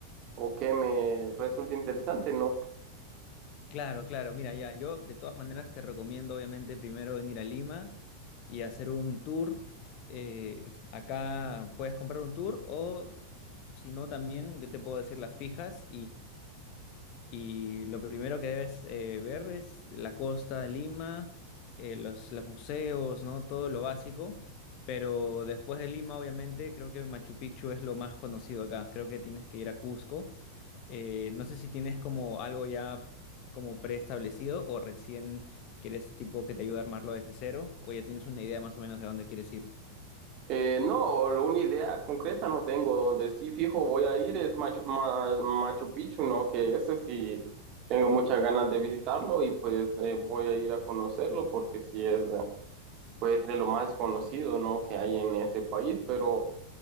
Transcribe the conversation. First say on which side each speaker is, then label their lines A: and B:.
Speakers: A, on the right; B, on the left.
A: o qué me resulta interesante, ¿no?
B: Claro, claro. Mira, ya, yo de todas maneras te recomiendo, obviamente, primero venir a Lima y hacer un tour. Eh, acá puedes comprar un tour o, si no, también yo te puedo decir las fijas Y lo primero que debes eh, ver es la costa de Lima, eh, los, los museos, ¿no? Todo lo básico. Pero después de Lima, obviamente, creo que Machu Picchu es lo más conocido acá. Creo que tienes que ir a Cusco. Eh, no sé si tienes como algo ya como preestablecido o recién quieres tipo que te ayude a armarlo desde cero o ya tienes una idea más o menos de dónde quieres ir.
A: Eh, no, lo- una idea concreta no tengo. Donde sí fijo voy a ir es Machu, Ma- Machu Picchu, ¿no? Que ese sí tengo muchas ganas de visitarlo y pues eh, voy a ir a conocerlo porque sí es eh, pues de lo más conocido, ¿no? Que hay en ese país. Pero